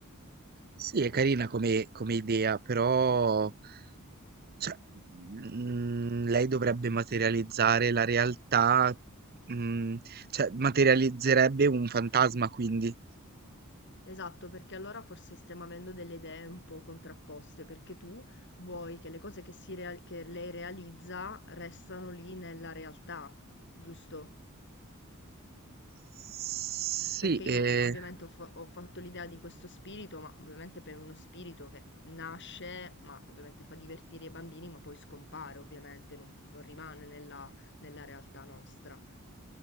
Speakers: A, on the right (about 45°); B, on the left (about 55°).
A: Sì, è carina come, come idea, però cioè, mm, lei dovrebbe materializzare la realtà, mm, cioè materializzerebbe un fantasma, quindi.
B: Esatto, perché allora forse stiamo avendo delle idee un po' contrapposte, perché tu vuoi che le cose che, si real- che lei realizza restano lì nella realtà, giusto?
A: Sì,
B: Perché io
A: eh,
B: ovviamente ho, fa- ho fatto l'idea di questo spirito, ma ovviamente per uno spirito che nasce, ma ovviamente fa divertire i bambini, ma poi scompare, ovviamente, non, non rimane nella nella realtà nostra.